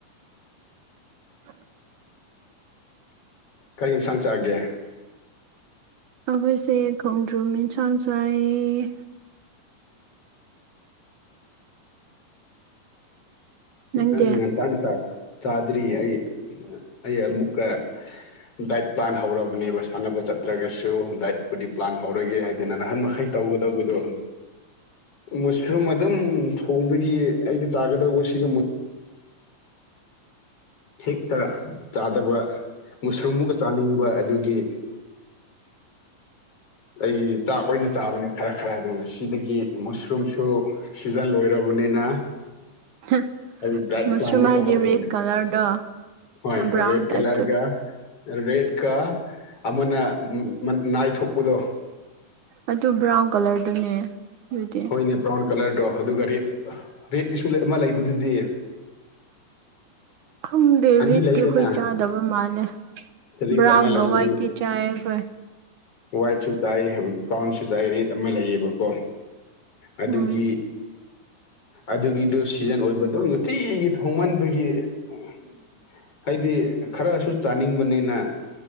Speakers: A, on the right (about 70°); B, on the left (about 45°).
A: <unintelligible>
B: ꯀꯔꯤ ꯌꯦꯟꯁꯥꯡ ꯆꯥꯒꯦ
A: ꯑꯈꯣꯏꯁꯦ ꯈꯣꯡꯗ꯭ꯔꯨꯝ ꯏꯟꯁꯥꯡ ꯆꯥꯏꯌꯦ ꯅꯪꯗꯤ
B: ꯅꯪꯅ ꯉꯟꯇꯥꯅ ꯆꯥꯕ ꯆꯥꯗ꯭ꯔꯤꯌꯦ ꯑꯩ ꯑꯩ ꯑꯃꯨꯛꯀ ꯗꯥꯏꯠ ꯄ꯭ꯂꯥꯟ ꯍꯧꯔꯕꯅꯦꯕ ꯁꯥꯟꯅꯕ ꯆꯠꯇ꯭ꯔꯒꯁꯨ ꯗꯥꯏꯠꯄꯨꯗꯤ ꯄ꯭ꯂꯥꯟ ꯍꯧꯔꯒꯦ ꯍꯥꯏ ꯑꯗꯨꯅ ꯅꯍꯥꯟ ꯃꯈꯩ ꯇꯧꯒꯗꯧꯕꯗꯣ ꯃꯨꯁꯔꯨꯝ ꯑꯗꯨꯝ ꯊꯣꯡꯕꯒꯤ ꯑꯩꯒꯤ ꯆꯥꯒꯗꯧꯕ ꯁꯤꯒ ꯃꯨ ꯍꯦꯛꯇ ꯆꯥꯗꯕ ꯃꯨꯁꯔꯨꯝꯃꯨꯒ ꯆꯥꯅꯤꯡꯕ ꯑꯗꯨꯒꯤ ꯑꯩꯒꯤ ꯇꯥꯛ ꯑꯣꯏꯅ ꯆꯥꯕꯅꯦ ꯈꯔ ꯈꯔ ꯑꯗꯨ ꯉꯁꯤꯗꯒꯤ ꯃꯨꯁꯔꯨꯝꯁꯨ ꯁꯤꯖꯟ ꯂꯣꯏꯔꯕꯅꯤꯅ
A: ꯍꯥ
B: ꯑꯩ ꯗꯥꯏꯠ
A: ꯃꯨꯁꯔꯨꯝ
B: ꯄ꯭ꯂꯥꯟꯃꯨꯛꯀ
A: ꯍꯥꯏꯗꯤ
B: ꯍꯧꯔꯕꯅꯦ
A: ꯔꯦꯗ ꯀꯂꯔꯗꯣ
B: ꯍꯣꯏ
A: ꯕ꯭ꯔꯥꯎꯟ
B: ꯔꯦꯠ ꯀꯂꯔꯒ
A: ꯇꯥꯏꯞ ꯆꯠꯄ
B: ꯔꯦꯠꯀ ꯑꯃꯅ ꯃ ꯅꯥꯏꯊꯣꯛꯄꯗꯣ
A: ꯑꯗꯨ ꯕ꯭ꯔꯥꯎꯟ ꯀꯂꯔꯗꯨꯅꯦ ꯑꯗꯨꯗꯤ
B: ꯍꯣꯏꯅꯦ ꯕ꯭ꯔꯥꯎꯟ ꯀꯂꯔꯗꯣ ꯑꯗꯨꯒ ꯔꯦꯠ ꯔꯦꯠꯀꯤꯁꯨ ꯑꯃ ꯂꯩꯕꯗꯨꯗꯤ
A: ꯈꯪꯗꯦ
B: ꯑꯅꯤ
A: ꯔꯤꯠꯇꯤ
B: ꯂꯩꯗꯅ
A: ꯑꯩꯈꯣꯏ ꯆꯥꯗꯕ ꯃꯥꯜꯂꯦ
B: ꯔꯦꯠ
A: ꯕ꯭ꯔꯥꯎꯟꯒ
B: ꯑꯃ ꯂꯩꯕꯅꯤ
A: ꯋꯥꯏꯠꯇꯤ ꯆꯥꯏ ꯑꯩꯈꯣꯏ꯫
B: ꯋꯥꯏꯠꯁꯨ ꯆꯥꯏ ꯕ꯭ꯔꯥꯎꯟꯁꯨ ꯆꯥꯏ ꯔꯦꯗ ꯑꯃ ꯂꯩꯌꯦꯕꯀꯣ ꯑꯗꯨꯒꯤ
A: ꯎꯝ
B: ꯑꯗꯨꯒꯤꯗꯨ ꯁꯤꯖꯟ ꯑꯣꯏꯕꯗꯣ ꯅꯨꯡꯇꯤꯒꯤ ꯊꯣꯡꯃꯟꯕꯒꯤ ꯎꯝ ꯍꯥꯏꯗꯤ ꯈꯔꯁꯨ ꯆꯥꯅꯤꯡꯕꯅꯤꯅ